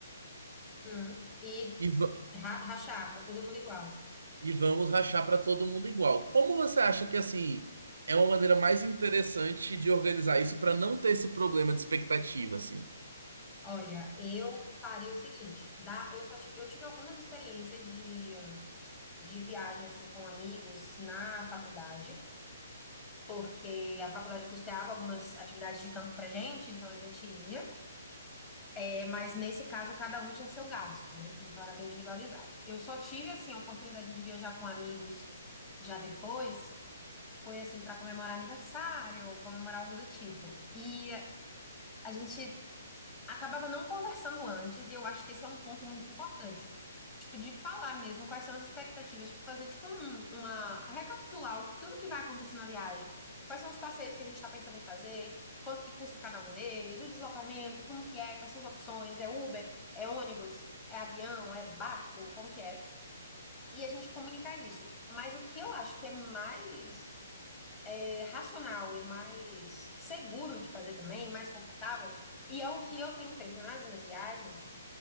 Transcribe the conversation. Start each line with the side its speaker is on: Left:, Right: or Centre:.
Left: Hum. E
Right: e, va-
Left: ra- rachar para todo mundo igual.
Right: e vamos rachar para todo mundo igual. Como você acha que assim é uma maneira mais interessante de organizar isso para não ter esse problema de expectativa, assim?
Left: Olha, eu faria o seguinte, dá, eu só tive, eu tive algumas experiências de de viagem assim com amigos na faculdade, porque a faculdade custeava algumas atividades de campo pra gente, então a gente ia. É, mas nesse caso cada um tinha seu gasto, né? Então era bem individualizado. Eu só tive assim a oportunidade de viajar com amigos já depois, foi assim para comemorar aniversário, comemorar algo do tipo. E a gente acabava não conversando antes, e eu acho que esse é um ponto muito importante. Tipo, de falar mesmo quais são as expectativas, tipo, fazer tipo um- uma recapitular o- tudo que vai acontecer na viagem. Quais são os passeios que a gente está pensando em fazer, quanto que custa cada um deles, o deslocamento, como que é, quais são as opções, é Uber, é ônibus, é avião, é barco, como que é? E a gente comunicar isso. Mas o que eu acho que é mais é, racional e mais seguro de fazer também, mais confortável, e é o que eu tenho feito nas minhas viagens,